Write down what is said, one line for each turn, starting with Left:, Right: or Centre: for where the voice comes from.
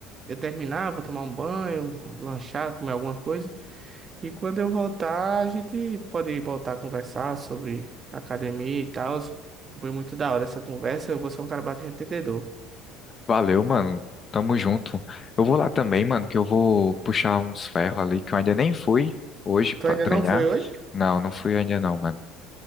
Right: eu terminar, eu vou tomar um banho, lanchar, comer alguma coisa. E quando eu voltar, a gente pode voltar a conversar sobre academia e tal. Foi muito da hora essa conversa. Eu vou ser um cara bastante entendedor.
Left: Valeu, mano. Tamo junto. Eu vou lá também, mano, que eu vou puxar uns ferros ali que eu ainda nem fui hoje
Right: Tu
Left: pra
Right: ainda
Left: treinar.
Right: não foi hoje?
Left: Não, não fui ainda não, mano.